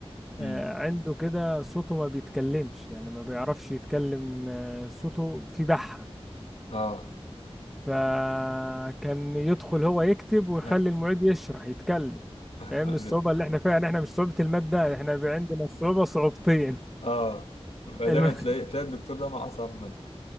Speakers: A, on the left; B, in the centre.
A: امم
B: آه، عنده كده صوته ما بيتكلمش يعني ما بيعرفش يتكلم آه، صوته في بحة
A: اه
B: فكان يدخل هو يكتب ويخلي
A: أكل.
B: المعيد يشرح يتكلم
A: <laughs>
B: فاهمني الصعوبة اللي احنا فيها يعني احنا مش صعوبة المادة احنا بي- عندنا الصعوبة صعوبتين
A: اه ما
B: <laughs> الم-
A: دايما تلاقي تلاقي الدكتور ده مع اصعب ماده